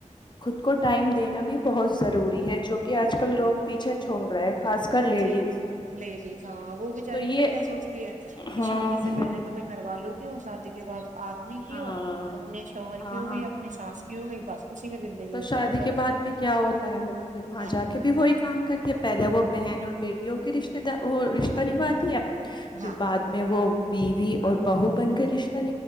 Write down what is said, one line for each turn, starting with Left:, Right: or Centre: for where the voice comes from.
Left: خود کو ٹائم دینا بھی بہت ضروری ہے جو کہ آج کل لوگ پیچھے چھوڑ رہے ہیں خاص کر لیڈیز
Right: جی لیڈیز ہاں وہ بچاری
Left: تو یہ
Right: بت کیا سوچتی ہے کہ
Left: ہاں
Right: شادی سے پہلے تو میں گھر والوں کی ہوں شادی کے بعد آدمی کی
Left: ہاں
Right: ہوں اپنے شوہر
Left: ہاں
Right: کی ہو گئی اپنی ساس کی ہو گئی بس اسی میں زندگی
Left: تو شادی
Right: سب سب
Left: کے بعد بھی کیا ہوتا ہے وہ پھر وہاں
Right: ہاں
Left: جا کے بھی وہی کام کرتی ہے پہلے وہ بہن اور بیٹیوں کے رشتے دار رشتہ نبھاتی ہے پھر
Right: ہاں
Left: بعد میں وہ بیوی اور بہو بن کر رشتے